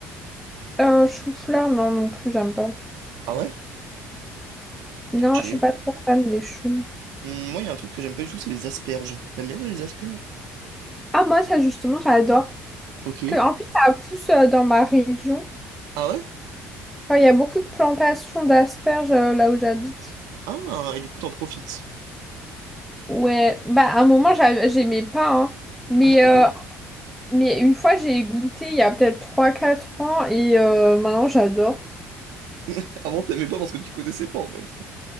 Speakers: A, in the centre; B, on the right (about 75°).
A: Euh, chou-fleur, non, non plus, j'aime pas.
B: Ah ouais?
A: Non,
B: Ok.
A: je suis pas trop fan des choux.
B: Hum, moi, il y a un truc que j'aime pas du tout, c'est les asperges. T'aimes bien toi, les asperges?
A: Ah, moi, ça, justement, j'adore.
B: Ok.
A: Parce que, en plus, ça pousse euh, dans ma région.
B: Ah ouais?
A: Enfin, Il y a beaucoup de plantations d'asperges euh, là où j'habite.
B: Ah, et du coup, t'en profites.
A: Ouais, bah, à un moment, j'a- j'aimais pas, hein. Mais,
B: Ah, ok.
A: euh, mais une fois, j'ai goûté il y a peut-être trois, quatre ans et euh, maintenant, j'adore.
B: <laughs> Avant, t'aimais pas parce que tu connaissais pas, en fait.